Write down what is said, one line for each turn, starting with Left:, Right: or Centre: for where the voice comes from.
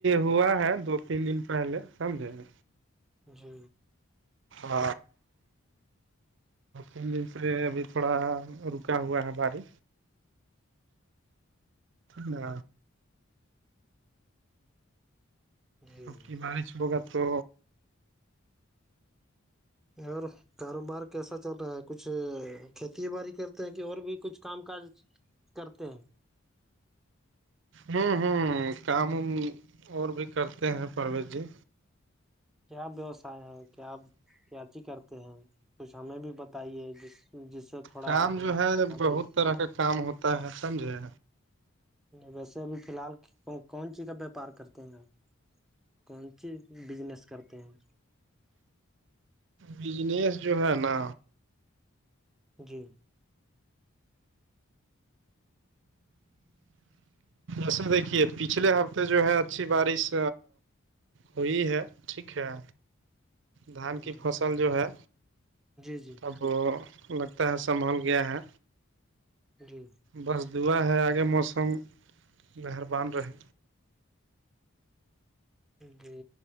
Right: ہوا ہے دو تین دن پہلے سمجھے گ
Centre: جی
Right: ہ دن دن سے ابھی تھوڑا رکا ہوا ہے باری نہ
Centre: جی
Right: اب کہ بارش ہوگا تو
Centre: اور کاروبار کیسا چل رہا ہے کچھ کھیتی باڑی کرتے ہیں کہ اور بھی کچھ کام کاج کرتے ہیں
Right: ہوں ہوں کام وم اور بھی کرتے ہیں پرمیش جی
Centre: کیا ووسائے ہے کیا کیاچی کرتے ہیں کچھ ہمیں بھی بتائیے جس جس تھوڑا
Right: کام جو ہے
Centre: ہم
Right: بہت
Centre: بھی
Right: طرح کا کام ہوتا ہے سمجھے
Centre: ویسے ابھی فی الحال کون سیز کا ویاپار کرتے ہیں آپ کون سی بزنس کرتے ہیں
Right: بجنیس جو ہے نا
Centre: جی
Right: اصل دیکھیے پچھلے ہفتے جو ہے اچھی بارش وہی ہے ٹھیک ہے دھان
Centre: جی
Right: کی فصل جو ہے
Centre: جی جی
Right: اب لگتا ہے سنبھل گیا ہے
Centre: جی
Right: بس دعا ہے آگے موسم مہربان رہے
Centre: جی